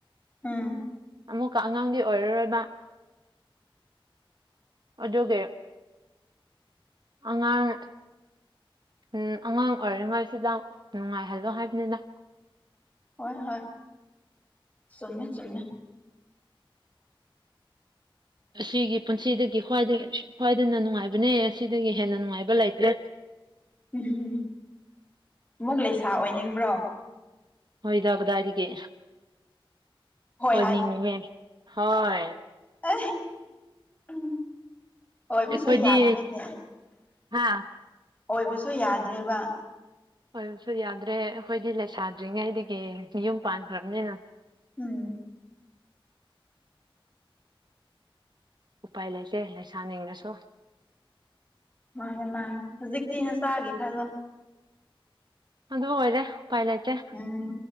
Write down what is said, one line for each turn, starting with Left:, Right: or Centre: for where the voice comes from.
Left: ꯎꯝ
Right: ꯑꯃꯨꯛꯀ ꯑꯉꯥꯡꯗꯤ ꯑꯣꯏꯔꯔꯣꯏꯕ ꯑꯗꯨꯒꯤ ꯑꯉꯥꯡ ꯎꯝ ꯑꯉꯥꯡ ꯑꯣꯏꯔꯤꯉꯩꯁꯤꯗ ꯅꯨꯡꯉꯥꯏꯍꯜꯂꯣ ꯍꯥꯏꯕꯅꯤꯅ
Left: ꯍꯣꯏ ꯍꯣꯏ ꯆꯨꯝꯃꯦ ꯆꯨꯝꯃꯦ
Right: ꯑꯁꯤꯒꯤ ꯄꯨꯟꯁꯤꯗꯒꯤ ꯈ꯭ꯋꯥꯏ ꯈ꯭ꯋꯥꯏꯗꯅ ꯅꯨꯡꯉꯥꯏꯕꯅꯦ ꯑꯁꯤꯗꯒꯤ ꯍꯦꯟꯅ ꯅꯨꯡꯉꯥꯏꯕ ꯂꯩꯇꯦ
Left: ꯎꯝ ꯑꯃꯨꯛ ꯂꯩꯁꯥ ꯑꯣꯏꯅꯤꯡꯕ꯭ꯔꯣ
Right: ꯍꯣꯏꯗ ꯀꯗꯥꯏꯗꯒꯤ
Left: ꯍꯣꯏ
Right: ꯑꯣꯏꯅꯤꯡꯉꯤ ꯍꯣꯏ
Left: ꯑ ꯎ ꯑꯣꯏꯕꯁꯨ
Right: ꯑꯩꯈꯣꯏꯗꯤ
Left: ꯌꯥꯗ꯭ꯔꯤꯅꯦ
Right: ꯍꯥ
Left: ꯑꯣꯏꯕꯁꯨ ꯌꯥꯗ꯭ꯔꯦꯕ
Right: ꯍꯣꯏꯁꯨ ꯌꯥꯗ꯭ꯔꯦ ꯑꯩꯈꯣꯏꯗꯤ ꯂꯩꯁꯥꯗ꯭ꯔꯤꯉꯩꯗꯒꯤ ꯌꯨꯝ ꯄꯥꯟꯈ꯭ꯔꯕꯅꯤꯅ
Left: ꯎꯝ
Right: ꯎꯄꯥꯥꯏ ꯂꯩ ꯆꯦ ꯁꯅꯗꯁꯣ
Left: ꯃꯥꯅꯦ ꯃꯥꯅꯦ ꯍꯧꯖꯤꯛꯇꯤꯅ ꯆꯥꯒꯦ ꯈꯜꯂꯣ
Right: ꯑꯗꯨ ꯑꯣꯏꯔꯦ ꯎꯄꯥꯏ ꯂꯩꯇꯦ
Left: ꯎꯝ